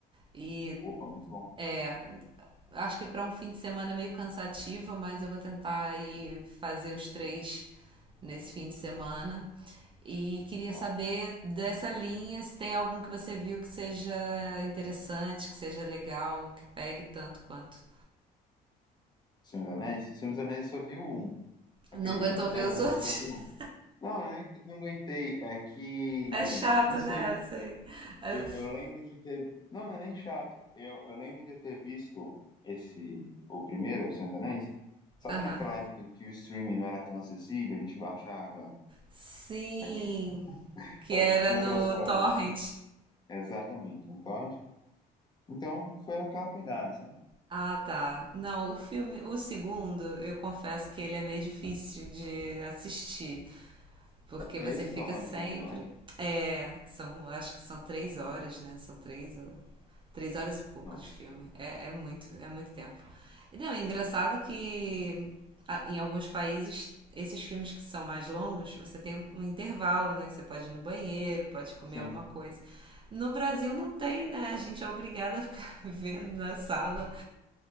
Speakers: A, on the right (about 30°); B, on the left (about 25°).
A: e
B: Opa, muito bom.
A: é, acho que é para um fim de semana meio cansativo, mas eu vou tentar aí fazer os três nesse fim de semana. E queria
B: Ó,
A: saber dessa linha, se tem algum que você viu que seja interessante, que seja legal, que pegue tanto quanto.
B: Senhor dos Anéis? Senhor dos Anéis só viu um. Acredite,
A: Não aguentou
B: até
A: ver
B: hoje
A: os outros?
B: eu só vi um.
A: <laughs>
B: Não, não é não aguentei. É que.
A: É chato,
B: Não sei.
A: né? Assim. É-
B: Eu,
A: f-
B: eu lembro de ter. Não, não é nem chato. Eu, eu lembro de ter visto esse. O primeiro, o Senhor dos Anéis. Sabe
A: Aham.
B: naquela época que o streaming não era tão acessível, a gente baixava,
A: Sim,
B: né? a gente <laughs>
A: que
B: faz-
A: era
B: tinha
A: no
B: outras formas.
A: Torrent.
B: Exatamente. Então, a gente- então foi naquela pegada, sabe?
A: Ah, tá. Não, o filme, o segundo, eu confesso que ele é meio difícil de assistir. Porque você
B: Ele
A: fica
B: que é o mais
A: sempre.
B: longo, né?
A: É, são, acho que são três horas, né? São três ou. Três horas e pouco
B: Nossa.
A: de filme. É, é muito, é muito tempo. E não, é engraçado que a- em alguns países, esses filmes que são mais longos, você tem um intervalo, né? Que você pode ir no banheiro, pode comer
B: Sim.
A: alguma coisa. No Brasil não tem, né? A gente é obrigada a ficar <laughs> vendo na sala